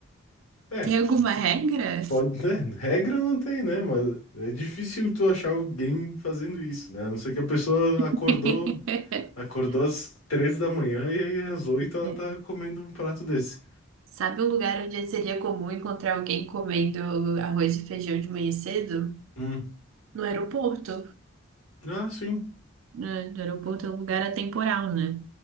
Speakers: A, on the left; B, on the right.
A: É,
B: Tem alguma regra?
A: pode, <laughs> né? Regra não tem, né? Mas é difícil tu achar alguém fazendo isso, né? A não ser que a pessoa acordou,
B: <laughs>
A: acordou às 3 da manhã e aí às 8 ela
B: É.
A: tá comendo um prato desse.
B: Sabe um lugar onde seria comum encontrar alguém comendo arroz e feijão de manhã cedo?
A: Hum.
B: No aeroporto?
A: Ah, sim.
B: né? No aeroporto é um lugar atemporal, né?